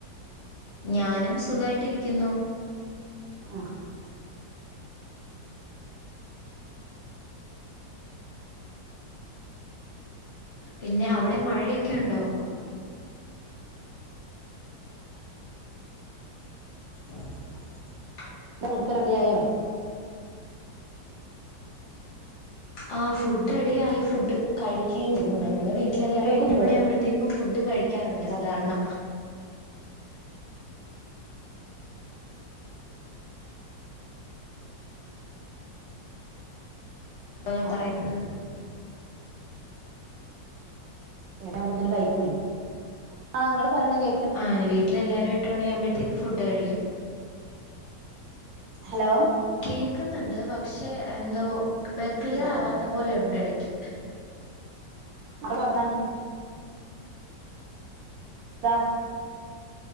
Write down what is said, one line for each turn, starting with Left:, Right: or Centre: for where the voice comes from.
Left: ഞാനും സുഖമായിട്ടിരിക്കുന്നു
Right: ഉം അ
Left: പിന്നെ അവിടെ മഴയെ ഒക്കെ ഉണ്ടോ
Right: ആഹ്
Left: <inaudible>
Right: ഫുഡൊക്ക റെഡി ആയോ
Left: ആ് ഫുഡ് റെഡ ആയി ഫുഡ് കഴിക്കുകയും ചെയ്തു ഞങ്ങള് വീട്ടിൽ എല്ലാരും
Right: കേൾക്കുന്നില്ലേ
Left: എട്ട് മണി ആകുമ്പോഴത്തേക്കും ഫുഡ് കഴിക്കാറുണ്ട് സാധാരണ ഇപ്പൊ
Right: ആഹ്
Left: ഞാൻ പറയുന്നത്
Right: എഴാമ്പത്തേന് കഴിക്കൂലേ ആഹ് നിങ്ങള് പറയണ കേ
Left: ആഹ വീട്ടിലെല്ലാരും എട്ടോണി ആമ്പഴത്തേക്ക് ഫുഡ് കഴിക്കും
Right: ഹലോ
Left: കേക്കുന്നുണ്ട് പക്ഷെ എന്തോ ക്ലിയർ
Right: ആഹ്
Left: ആവാത്ത പോലെ ഉണ്ട് ഇടക്ക്
Right: അവിടെ വർത്താനം എന്താ